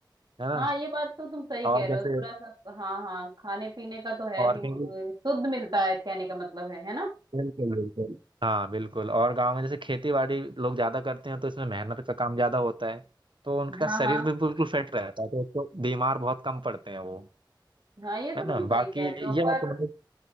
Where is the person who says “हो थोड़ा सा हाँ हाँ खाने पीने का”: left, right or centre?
Right